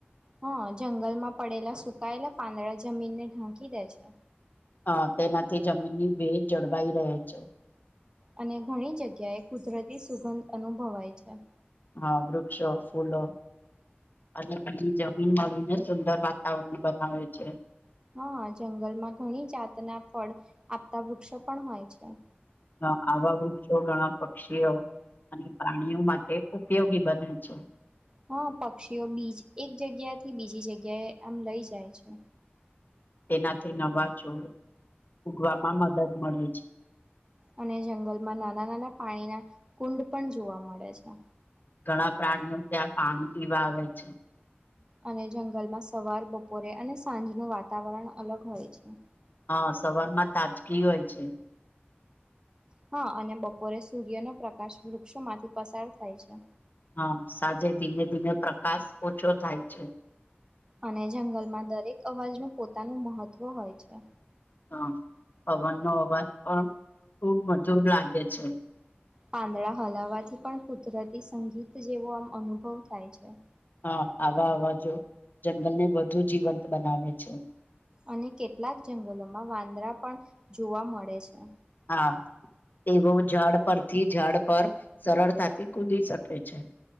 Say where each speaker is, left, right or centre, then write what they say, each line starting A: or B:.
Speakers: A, on the right (about 20°); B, on the left (about 50°).
A: હા જંગલમાં પડેલા સુકાયેલા પાંદડા જમીનને ઢાંકી દે છે
B: આ તેનાથી જમીનની ભેજ જળવાઈ રહે છે
A: અને ઘણી જગ્યાએ કુદરતી સુગંધ અનુભવાય છે
B: હા વૃક્ષો, ફૂલો અને બીની જમીન મળીને ઉંદર વાતાવરણ બનાવે છે
A: હા જંગલમાં ઘણી જાતના ફળ આપતા વૃક્ષો પણ હોય છે
B: હા આવા વૃક્ષો ઘણા પક્ષીઓ અને પ્રાણીઓ માટે ઉપયોગી બને છે
A: હા પક્ષીઓ બીજ એક જગ્યા થી બીજી જગ્યાએ આમ લઈ જાય છે
B: તેનાથી નવા છોડ ઉગવામાં મદદ મળે છે
A: અને જંગલમાં નાના નાના પાણીના કુંડ પણ જોવા મળે છે
B: ઘણા પ્રાણીઓ ત્યાં પાણી પીવા આવે છે
A: અને જંગલમાં સવાર બપોરે અને સાંજનું વાતાવરણ અલગ હોય છે
B: હા સવાર માં તાજગી હોય છે
A: હા અને બપોરે સૂર્યનો પ્રકાશ વૃક્ષોમાંથી પસાર થાય છે
B: હા સાંજે ધીમે ધીમે પ્રકાશ ઓછો થાય છે
A: અને જંગલમાં દરેક અવાજનું પોતાનું મહત્વ હોય છે
B: હ પવનનો અવાજ પણ ખુબ મધુર લાગે છે
A: પાંદડા હલાવાથી પણ કુદરતી સંગીત જેવો આમ અનુભવ થાય છે.
B: હા, આવા અવા જો જંગલને વધુ જીવંત બનાવે છે.
A: અને કેટલાક જંગલોમાં વાંદરા પણ જોવા મળે છે.
B: હા. તેઓ ઝાડ પરથી ઝાડ પર સરળતાથી કૂદી શકે છે.